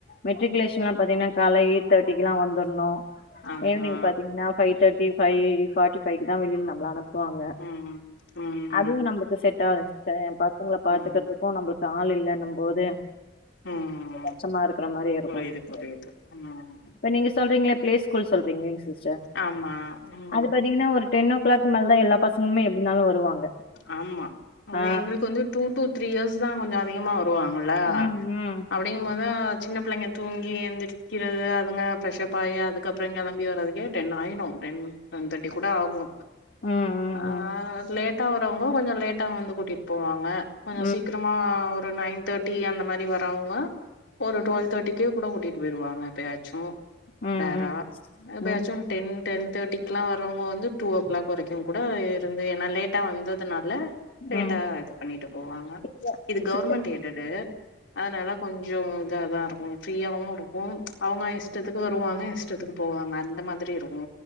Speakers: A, on the left (about 55°); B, on the left (about 80°).
A: மெட்ரிகுலேஷன்லா பாத்தீங்கனா கால்ல எயிட் தேர்டிக்குலா வந்துணு
B: ஆமா
A: ஈவினி்ங் பாத்தீங்கனா ஃபை தேர்டி ஃபை ஃபாட்டிஃபைவ் க்குதா வெளில நம்மள அனுப்புவாங்க
B: ம் ம்
A: அதுவு நம்மளுக்கு செட் ஆகாது சிஸ்டர் என் பசங்கள பாத்துக்கிறதுக்கு
B: ம்
A: நம்மளுக்கு ஆள் இல்லன்னும் போது
B: ம்
A: கஷ்டமா இருக்கற மாரி இருக்கு
B: புரியுது
A: சிஸ்டர்
B: புரியுது ம்
A: இப்ப நீங்க சொல்றீங்கள பிளே ஸ்கூல் சொல்றீங்கில்லிங் சிஸ்டர்
B: ஆமா ம்
A: அது பாத் திங்கன்னா ஒரு டென் ஓ கிலாக் மேலதா எல்லா பசங்களுமே எப்படினாலும் வருவாங்க
B: ஆமா அது
A: ஆ
B: எங்களுக்கு வந்து டூ டூ த்ரீ இயர்ஸ் தான் கொஞ்ச அதிகமா வருவாங்க கள <unintelligible>
A: ம் ம்
B: அப்டிக்கு போதா சின்ன பிள்ளைங்க தூங்கி எந்திரிக்கிறது அதுங்க ஃபரெஷ்ப் ஆகி அது க்கப்பறம் கிளம்பி வரதுக்கே டென் ஆயிடு டென் டென் தேர்ட்டி கூட ஆகு
A: ம் ம்
B: ஆ
A: ம்
B: லேட்டா வரவங்க கொஞ்ச லேட்டா வந்து கூட்டிட் போவாங்க கொஞ்ச
A: ம்
B: சீக்கிர மா ஒரு நைன் தேர்ட்டி அந்த மாரி வரவங்க ஒரு டுவெல் தேடிக்கே கூட கூட்டிட்டு போய்டுவாங்க எப்பயாச்சு
A: ம்
B: ரேரா
A: ம்
B: எப்பயாச்சு
A: ம்
B: டென் டென் தேர்ட்டிகெல்லா வரவங்க வந்து டூ ஓ கிளாக் வரைக்கு கூட இருந்து ஏன்னா லேட் ட்டா வந்ததுனால லேட்டா
A: ம்
B: இது பண்ணிட்டு போவாங்க
A: இப்ப
B: இது கவர்மெண்ட்
A: சிஸ்டர்
B: எய்டட்டு அதனால கொஞ்சோ இத தா இருக்கு ஃப்ரீயாவு இருக்கும் அவங்க இஷ்டத்துக்கு வருவாங்க இஷ்டத்துக்கு போவாங்க அந்த மாதிரி இருக்கு